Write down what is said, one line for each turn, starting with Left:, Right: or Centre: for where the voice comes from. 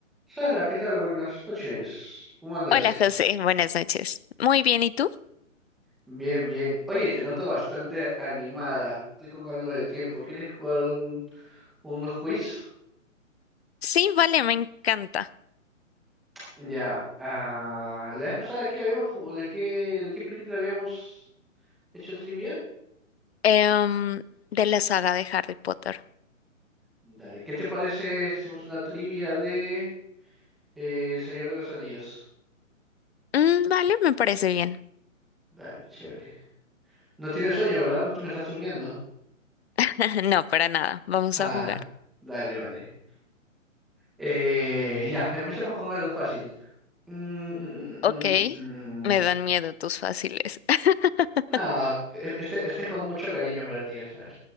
Centre: Sara, ¿qué tal? Buenas noches. ¿Cómo andas?
Left: Hola José, buenas noches. Muy bien, ¿y tú?
Centre: Bien, bien. Oye, te noto bastante animada. Estoy con algo de tiempo. ¿Quieres jugar un- unos quiz?
Left: Sí, vale, me encanta.
Centre: Ya. ah, la vez pasada, ¿de qué habíamos jugado? ¿De qué, de qué película habíamos hecho trivia?
Left: Em, de la saga de Harry Potter.
Centre: Dale, ¿qué te parece si hacemos una trivia de eh, El Señor de los Anillos?
Left: Mm, vale, me parece bien.
Centre: Dale, chévere. No tienes sueño, ¿verdad? No te me estás durmiendo.
Left: <laughs> No, para nada, vamos
Centre: Ah,
Left: a jugar.
Centre: dale, vale. Eh, ya, empecemos con algo fácil. Mm, mm,
Left: Ok,
Centre: mm, mm, mm.
Left: me
Centre: mm, mm.
Left: dan miedo tus fáciles. <laughs>
Centre: No, e- este, este es con mucho cariño para ti, vas a ver.